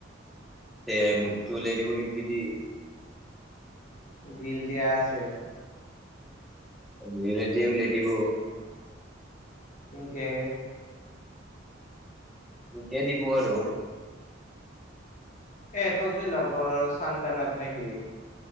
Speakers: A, in the centre; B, on the left.
A: তে মঠটো ওলাই দিব খিৰকী দি।
B: গিল দিয়া আছে।
A: দুইলাঠ দিয়ে উলিয়াই দিব।
B: ইংকে।
A: কেই দিব আৰু।
B: এ! তৰজে লগৰ চান্তানাপ নেকি?